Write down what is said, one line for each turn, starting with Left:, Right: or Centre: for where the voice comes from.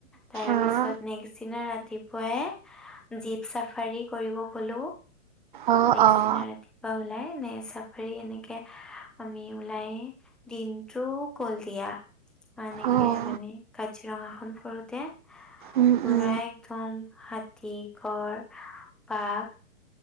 Centre: তাৰ
Right: অঁ
Centre: পিছত নেক্স দিনা ৰাতিপুৱাই জীপ চাফাৰী কৰিব গলো
Right: অঁ
Centre: নেক্স
Right: অঁ
Centre: দিনা বা ওলাই নে চাফাৰী এনেকে আমি ওলাই দিনটো গল দিয়া এনেকে
Right: অঁ
Centre: মানে কাজিৰঙাখন ফুৰোতে পুৰা
Right: উম উম
Centre: একদম হাতী ঘৰ বাঘ।